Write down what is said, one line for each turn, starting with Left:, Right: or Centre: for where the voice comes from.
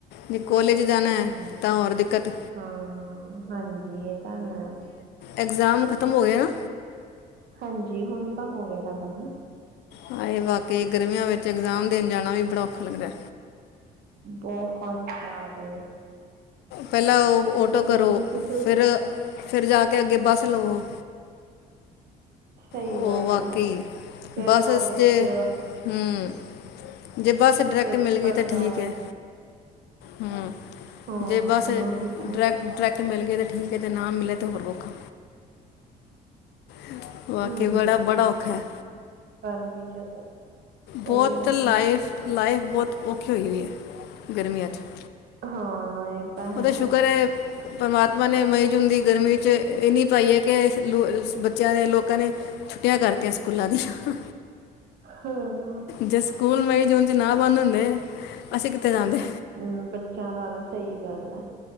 Left: ਜੇ ਕੋਲੇਜ ਜਾਣਾ ਹੈ।
Right: ਹਾਂ
Left: ਤਾਂ ਹੋਰ ਦਿਕਤ
Right: ਹਾਂ ਹਾਂਜੀ ਇਹ ਤਾ ਹੈ।
Left: ਇਗਜ਼ਾਮ ਖਤਮ ਹੋ ਗਏ ਨਾ
Right: ਹਾਂਜੀ ਹੁਣ ਤਾਂ ਹੋ ਗ ਕਦਮ ਨਾ
Left: ਹਾਏ ਬਾਕੀ ਗਰਮੀਆਂ ਵਿਚ ਇਗਜ਼ਾਮ ਦੇਣ ਜਾਣਾ ਵੀ ਬੜਾ ਔਖਾ ਲਗਦਾ
Right: ਬਹੁਤ ਜਿਆਦਾ
Left: ਪਹਿਲਾਂ ਉਹ ਆਟੋ
Right: ਗਰਮੀ
Left: ਕਰੋ
Right: ਸੇ ਤਾਂ
Left: ਫਿਰ- ਫਿਰ ਜਾ ਕੇ ਅਗੇ ਬਸ ਲਵੋ
Right: ਸਹੀ
Left: ਉਹ
Right: ਗੱਲ
Left: ਬਾਕੀ
Right: ਆ ਫਿਰ
Left: ਬੱਸ
Right: ਕਾਲਜ
Left: ਜੇ
Right: 'ਚ
Left: ਹੂ ਜੇ ਬਸ ਡਾਇਰੈਕਟ
Right: ਪੇਪਰ
Left: ਮਿਲ ਗਈ ਤਾਂ
Right: ਦਓ
Left: ਠੀਕ ਹੈ। ਹਮ
Right: ਹਾਂ
Left: ਜੇ ਬਸ
Right: ਉਹੀ ਤਾਂ
Left: ਡਰੈਕ- ਡਰੈਕ ਮਿਲ ਗਏ ਤਾਂ ਠੀਕ ਹੈ। ਅਤੇ ਨਾ ਮਿਲੇ ਤੇ ਹੋਰ ਔਖਾ ਹਮ <unintelligible> ਵਾਕਈ
Right: ਹਮ
Left: ਬੜਾ- ਬੜਾ ਔਖਾ
Right: ਉਹੀ
Left: ਹੈ।
Right: ਗਰਮੀ ਜ਼ਿਆਦਾ ਸਹੀ
Left: ਬਹੁਤ
Right: ਗੱਲ
Left: ਲਾਈਫ
Right: ਆ
Left: ਲਾਈਫ ਬਹੁਤ ਔਖੀ ਹੋਈ- ਹੋਈ ਹੈ। ਗਰਮੀਆ 'ਚ
Right: ਹਾਂ- ਤਾਂ ਹੈ
Left: ਉਹਦਾ ਸ਼ੁਕਰ ਹੈ। ਪਰਮਾਤਮਾ ਨੇ ਮਈ ਜੂਨ ਦੀ ਗਰਮੀ 'ਚ ਇਹ ਨੀ ਪਾਈ ਹੈ। ਕਿ ਬਚਿਆ ਨੇ ਲੋਕਾ ਨੇ ਛੁਟੀਆ ਕਰਤੀਆ ਸਕੂਲਾ ਦੀਆ
Right: ਹਾਂ
Left: ਜੇ ਸਕੂਲ ਮਈ ਜੂਨ 'ਚ ਨਾ ਬੰਦ ਹੁੰਦੇ ਅਸੀ ਕਿਥੇ ਜਾਦੇ
Right: ਹਮ ਬਚਿਆਂ ਦਾ ਤਾਂ ਸਹੀ ਗਲ ਹੈ।